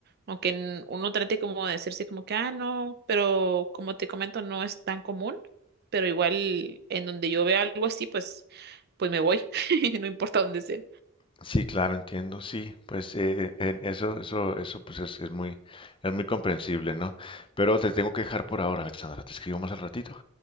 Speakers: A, on the right; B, on the left.
A: Aunque n- uno trate como de hacerse como que, ah, no, pero como te comento, no es tan común pero igual en donde yo vea algo así, pues pues me voy, <laughs> no importa dónde sea.
B: Sí, claro, entiendo, sí, pues eh, en eso, eso, eso, pues es, es muy, es muy comprensible, ¿no? Pero te tengo que dejar por ahora, Alexandra, te escribo más al ratito.